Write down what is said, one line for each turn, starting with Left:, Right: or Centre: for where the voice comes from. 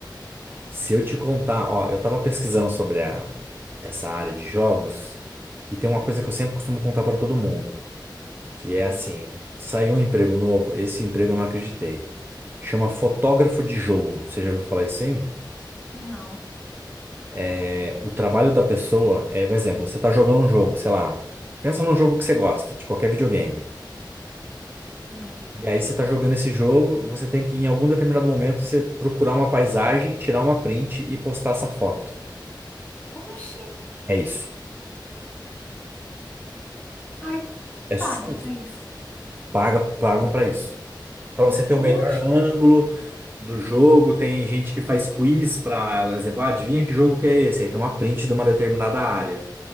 Right: Se eu te contar, ó, eu tava pesquisando sobre a, essa área de jogos e tem uma coisa que eu sempre costumo contar pra todo mundo, que é
Left: Hum,
Right: assim, saiu um emprego novo, esse emprego eu não acreditei. Chama fotógrafo de jogo. Você já ouviu falar isso, hein?
Left: Não.
Right: É, o trabalho da pessoa é, por exemplo, você tá jogando um jogo, sei lá, pensa num jogo que você gosta, de qualquer videogame.
Left: Hum.
Right: E aí você tá jogando esse jogo, você tem que em algum determinado momento você procurar uma paisagem, tirar uma print e postar essa foto.
Left: Oxi.
Right: É isso.
Left: Ai,
Right: É só
Left: paga pra
Right: isso.
Left: isso.
Right: Paga, pagam para isso. Para você ter o melhor
Left: Oxi.
Right: ângulo
Left: <gasps>
Right: do jogo, tem gente que faz quiz para, por exemplo, ah, adivinha que jogo que é esse? Aí tem uma print de uma determinada área.